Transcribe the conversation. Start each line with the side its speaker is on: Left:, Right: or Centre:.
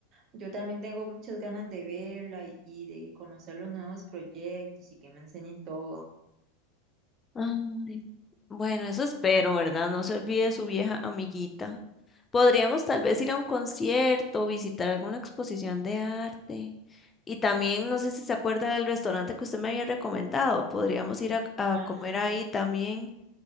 Right: Yo también tengo muchas ganas de verla y, y de conocer los nuevos proyectos y que me enseñe todo.
Left: Ay. Bueno, eso espero, ¿verdad? No se olvide de su vieja amiguita. Podríamos tal vez ir a un concierto, visitar alguna exposición de arte. Y también, no sé si se acuerda del restaurante que usted me había recomendado. Podríamos ir a, a
Right: Ajá.
Left: comer ahí también.